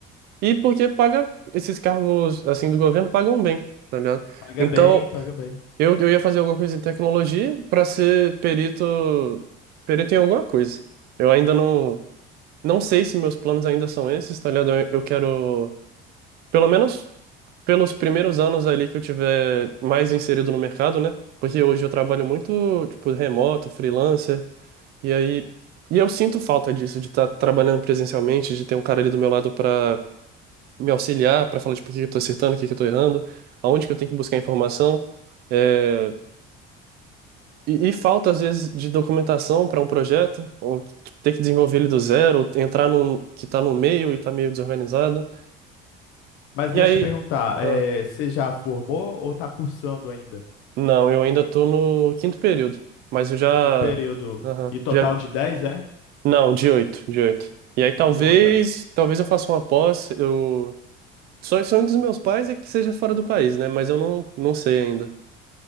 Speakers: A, on the right; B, on the left.
A: E porque paga, esses cargos, assim, do governo pagam bem, tá ligado?
B: Paga
A: Então,
B: bem, paga bem.
A: eu, eu ia fazer alguma coisa em tecnologia pra ser perito, perito em alguma coisa. Eu ainda não, não sei se meus planos ainda são esses, tá ligado? Eu, eu quero... Pelo menos pelos primeiros anos ali que eu tiver mais inserido no mercado, né? Porque hoje eu trabalho muito, tipo, remoto, freelancer, e aí e eu sinto falta disso, de estar trabalhando presencialmente, de ter um cara ali do meu lado para me auxiliar, para falar, tipo, o que que eu tô acertando, o que que eu tô errando, aonde que eu tenho que buscar informação. É, E, e falta, às vezes, de documentação para um projeto, ou tipo, ter que desenvolver ele do zero, ou entrar num que tá no meio e tá meio desorganizado.
B: Mas
A: E
B: deixa
A: aí.
B: eu te perguntar,
A: ah,
B: eh, você já formou ou tá cursando ainda?
A: Não, eu ainda tô no quinto período, mas eu já,
B: Quinto período.
A: aham,
B: E total
A: já,
B: de 10, é?
A: não, de oito, de oito. E aí talvez,
B: De 8?
A: talvez eu faça uma pós. Eu sonho, sonho dos meus pais é que seja fora do país, né? Mas eu não, não sei ainda.